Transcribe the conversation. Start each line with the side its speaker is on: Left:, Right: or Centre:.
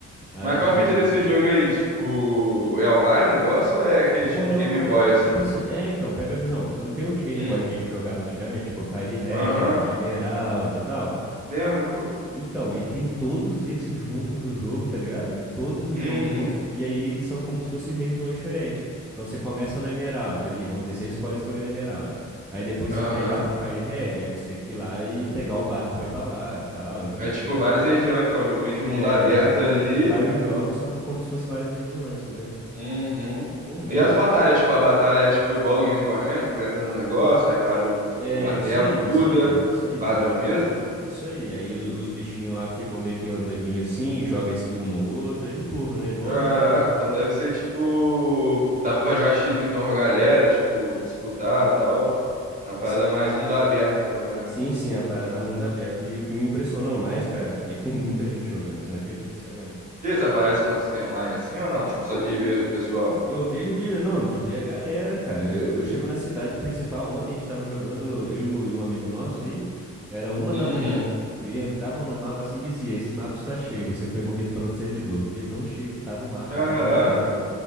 Centre: Aí.
Right: Mas qual a fita desse jogo aí? Tipo, é online o negócio ou é aquele
Centre: Pô,
Right: tipo
Centre: é
Right: de Game
Centre: online,
Right: Boy
Centre: cara.
Right: assim?
Centre: Tipo assim, é, então, pega a visão. Não tem o de Game
Right: Hum.
Centre: Boy que a gente jogava antigamente, tipo Fire Red,
Right: Aham.
Centre: Emerald e tal.
Right: Lembro, pô.
Centre: Então, ele tem todos esses juntos no jogo, tá ligado? Todos os
Right: Uhum.
Centre: jogos juntos, e aí eles são como se fossem regiões diferentes. Então você começa no Emerald ali, vamos dizer, você escolhe escolher Emerald. Aí depois
Right: Aham.
Centre: você quer ir lá pro Fire Red, aí você tem que ir lá e pegar o barco pra ir pra lá e tal, e
Right: É
Centre: e
Right: tipo
Centre: assim vai.
Right: várias regiões, então. Meio que o mundo
Centre: É,
Right: aberto ali.
Centre: de vários jogos, só que como se fosse várias regiões, entendeu?
Right: Uhum.
Centre: Pô, muito
Right: E as batalhas,
Centre: maneiro.
Right: tipo, a batalha é tipo igual do Game Boy mesmo, tu entra no negócio, aí para o, tipo,
Centre: É,
Right: a tela
Centre: isso aí,
Right: muda,
Centre: isso aí, isso aí,
Right: padrão
Centre: para
Right: mesmo.
Centre: a tela, isso aí. Aí os, os bichinhos lá ficam meio que andandinho assim, joga skill um no outro, é de turno, né? Igualzinho
Right: Caraca,
Centre: Pokémon.
Right: então deve ser tipo, dá pra jogar X1 então com a galera, tipo, disputar, tal. É uma parada
Centre: S-
Right: mais mundo aberto então, né?
Centre: Sim, sim, a parada é mais mundo aberto. E o que me impressionou mais, cara, é que tem muita gente jogando, você não acredita, sério mesmo.
Right: Que isso aparece quando você tem online assim ou não? Tipo, só
Centre: Pô,
Right: de ver o pessoal.
Centre: eu vejo de, não, de ver a galera, cara. Eu, eu chego na cidade principal, ontem a gente tava jogando, eu e mo- e um amigo nosso aí, era uma
Right: Uhum.
Centre: da manhã. Ele entrava no mapa assim e dizia: Esse mapa está cheio, você foi movido para outro servidor. De tão cheio que tava o mapa,
Right: Caraca.
Centre: uma da manhã.